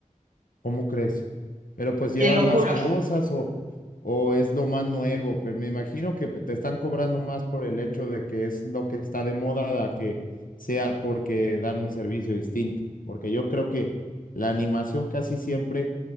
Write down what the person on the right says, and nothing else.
te lo
juro.